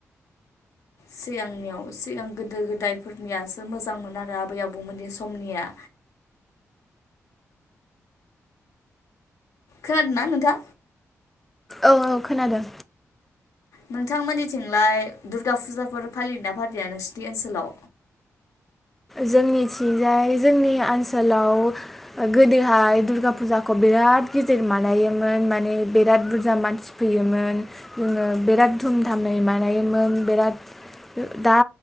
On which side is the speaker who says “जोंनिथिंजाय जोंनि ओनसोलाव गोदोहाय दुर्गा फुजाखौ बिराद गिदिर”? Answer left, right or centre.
Centre